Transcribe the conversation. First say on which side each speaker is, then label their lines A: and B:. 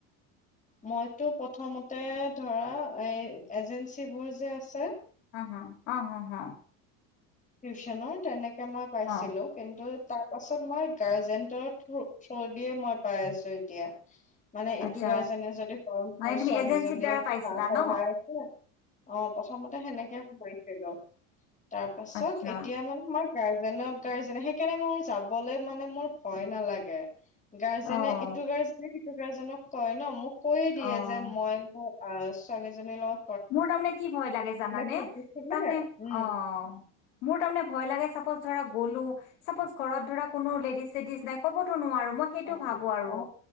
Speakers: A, on the left; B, on the left.
A: মইতো প্ৰথমতে ধৰা এই এজেঞ্চিবোৰ যে আছে।
B: অ' হা' অ' হা-হা,
A: টিউশনৰ তেনেকে মই পাইছিলো
B: অ',
A: কিন্তু। তাৰ পাছত মই গাৰ্জেনটৰ থ্ৰো চৰ্দিয়ে মই পাই আছো এতিয়া। মানে এইটো
B: আচ্ছা
A: গাৰ্জেনে যদি কৰ মোৰ
B: মানে তুমি
A: ছোৱালীজনী
B: এজেঞ্চিৰ দ্বাৰা পাইছিলা
A: পঢ়াই
B: ন?
A: আছে অ প্ৰথমতে সেনেকে স হেল্ল, তাৰ পাছত
B: আচ্ছা,
A: এতিয়া মানে মই গাৰ্জেনক-গাৰ্জেন সেইকাৰণে মোৰ যাবলৈ মানে মোৰ ভয় নালাগে। গাৰ্জেনে
B: অ',
A: এইটো গাৰ্জেনে সেই টো গাৰ্জনক কয় ন মোক কৈ দিয়ে,
B: অ'।
A: যে মই মোক আ চোৱালিজনী লওঁ
B: মোৰ তাৰমানে কি ভয় লাগে জানানে,
A: খুজিছিলে
B: তাৰমানে
A: উম
B: অ' মোৰ তাৰমানে ভয় লাগে চাপৰ্জ ধৰা চাপৰ্জ ঘৰত ধৰা কোনো লেডিজ-চেডিজ, নাই ক'বতো নোৱাৰো, মই সেইটো
A: অ-অ
B: ভাবো আৰু